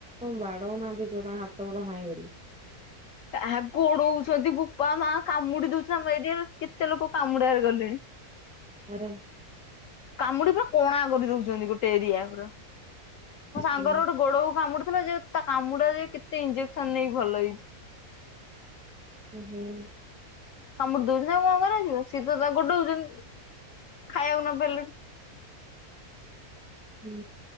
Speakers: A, in the centre; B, on the left.
A: ଆଉ ବାଡ଼ଉ ନାହାନ୍ତି କୁହ ତାଙ୍କ ହାତ ଗୋଡ ନାହିଁ ବୋଲି।
B: ଆହା ଗୋଡଉଛନ୍ତି ବୋପା ମା। କାମୁଡ଼ି ଦଉଛନ୍ତି ଆମ ଏରିଆର କେତେ ଲୋକ କାମୁଡ଼ାରେ ଗଲେଣି।
A: ଆରେ।
B: କାମୁଡି ପୁରା କଣା କରି ଦଉଛନ୍ତି ଗୋଟେ ଏରିଆ ପୁରା। ମୋ ସାଙ୍ଗର
A: ଭଲ
B: ଗୋଟେ ଗୋଡକୁ କାମୁଡିଥିଲା ଯେ ତା କାମୁଡା ଯେ କେତେ ଇଞ୍ଜେକ୍ସନ ନେଇକି ଭଲ ହେଇଛି।
A: ଉଁ ହୁଁ।
B: କାମୁଡି ଦଉଛି ନା ଆଉ କଣ କରାଯିବ ସିଏ ତା ଗୋଡଉଛନ। ଖାଇଆକୁ ନ ପାଇଲେ।
A: ହୁଁ।